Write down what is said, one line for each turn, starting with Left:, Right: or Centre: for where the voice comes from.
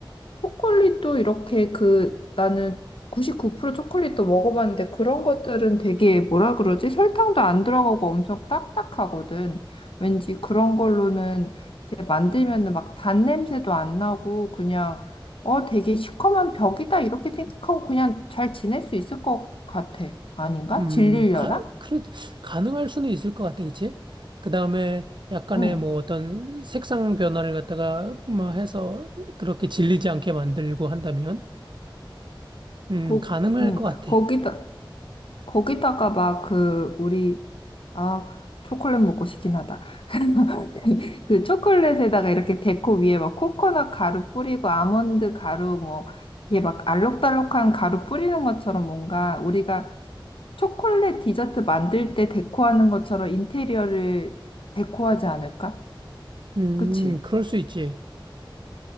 Left: 초콜릿도 이렇게 그 나는 99% 초콜릿도 먹어봤는데 그런 것들은 되게 뭐라 그러지? 설탕도 안 들어가고 엄청 딱딱하거든. 왠지 그런 걸로는 이렇게 만들면은 막 단 냄새도 안 나고 그냥 어 되게 시커먼 벽이다 이렇게 생각하고 그냥 잘 지낼 수 있을 것 같아. 아닌가?
Right: 음,
Left: 질리려나?
Right: 가, 그래, 가능할 수는 있을 것 같아, 그치? 그 다음에 약간의
Left: 응.
Right: 뭐 어떤 색상 변화를 갖다가 뭐 해서 그렇게 질리지 않게 만들고 한다면, 음,
Left: 거,
Right: 가능할
Left: 응.
Right: 것 같아.
Left: 거기다. 거기다가 막 그 우리 아 초콜릿 먹고 싶긴 하다. <laughs> 그 초콜릿에다가 이렇게 데코 위에 막 코코넛 가루 뿌리고 아몬드 가루 뭐 이게 막 알록달록한 가루 뿌리는 것처럼 뭔가 우리가 초콜릿 디저트 만들 때 데코하는 것처럼 인테리어를 데코하지 않을까?
Right: 음,
Left: 그치?
Right: 그럴 수 있지.